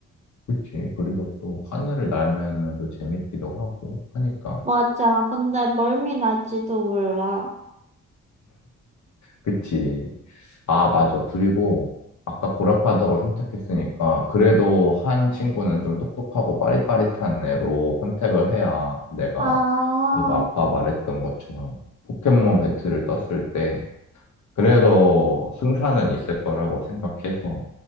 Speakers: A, on the left (about 65°); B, on the right (about 20°).
A: 그치 그리고 또 하늘을 날면은 또 재밌기도 하고 하니까
B: 맞아. 근데 멀미 날지도 몰라.
A: 그치. 아, 맞아. 그리고 아까 고라파덕을 선택했으니까 그래도 한 친구는 좀 똑똑하고 빠릿빠릿한 애로 선택을 해야 내가
B: 아,
A: 너가 아까 말했던 것처럼 포켓몬 배틀을 떴을 때 그래도 승산은 있을 거라고 생각해서